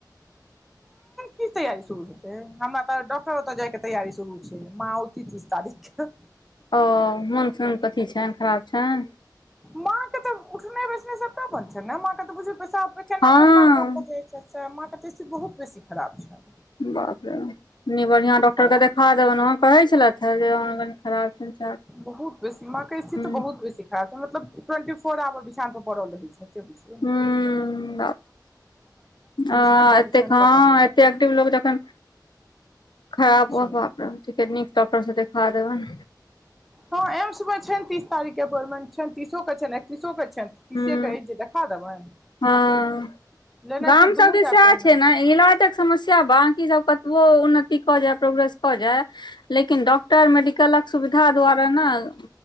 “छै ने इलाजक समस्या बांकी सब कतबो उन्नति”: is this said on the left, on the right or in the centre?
Left